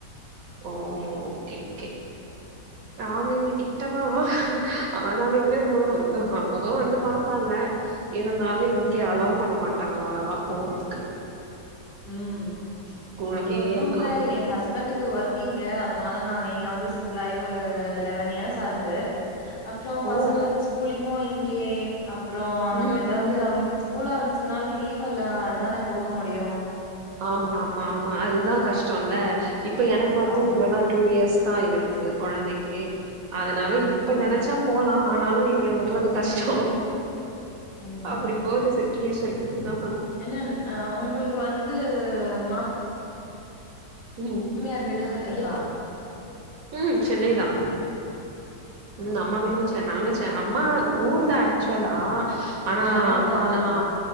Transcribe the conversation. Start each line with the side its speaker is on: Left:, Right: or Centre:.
Right: ஓ ஓகே ஓகே மாமி வீட்டு கிட்டதா ஆனாலுமே அப்பவு வந்து பாப்பாங்க இருந்தாலு இங்க அலோவ் பண்ண மாட்டாங்க அவ்ளவா போறதுக்கு
Left: ம்
Right: கூடவே
Left: இங்க ஒன்னு
Right: இருக்கணு
Left: இல்ல என் ஹஸ் ஹஸ்பண்ட்க்கு ஒர்க்கிங்கு அதனால நாங்க இங்க வந்து செட்டில் ஆகி ஒரு லெவன் இயர்ஸ் ஆகுது அப்போ
Right: ஓ
Left: பசங்களுக்கு ஸ்கூலிங்கு இங்கயே அப்றோ
Right: ம்
Left: நம்ம எதாவது
Right: ம்
Left: அவங்களுக்கு ஸ்கூல் ஆரம்பிச்சதுனால லீவ் இல்ல அதான போக முடியு
Right: ஆமா ஆமா ஆமா அதுதா கஷ்டோல்ல இப்ப எனக்கு வந்து
Left: ஆமா
Right: எதா டூ இயர்ஸ் தா இவனுக்கு கொழந்தைக்கு அதனால இப்ப
Left: ம்
Right: நெனைச்சா போலா ஆனாலு இங்க விடுறது கஷ்டோ
Left: ம்ஹும்
Right: அப்டி போது சிச்சுவேஷன் நா
Left: என்னன் அ உங்களுக்கு வந்து மா
Right: ம்
Left: மாமியார் வீடு அங்கேவா
Right: ம் சென்னை தா ம் அம்மா வீடு சென் நாங்க சென் அம்மா ஊரு தா ஆக்சுவலா ஆனா
Left: சென்னைல
Right: அம்மாலா
Left: தா இருக்குங்களா